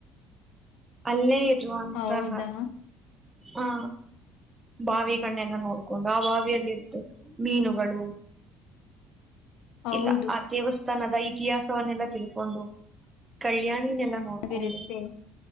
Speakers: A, on the right; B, on the left.
A: ಅಲ್ಲೇ ಇರುವಂತಹ
B: ಹೌದಾ?
A: ಹಾ ಬಾವಿಗಳನ್ನೆಲ್ಲ ನೋಡ್ಕೊಂಡು ಆ ಬಾವಿಯಲ್ಲಿ್ದು ಮೀನುಗಳು
B: ಹೌದು
A: ಇಲ್ಲ ಆ ದೇವಸ್ಥಾನದ ಇತಿಹಾಸವನ್ನೆಲ್ಲಾ ತಿಳ ಕೊಂಡು ಕಲ್ಯಾಣಿನೆಲ್ಲ ನೋಡ್ಕೊಂಡು
B: ಕಲ್ಲಿರುತ್ತೆ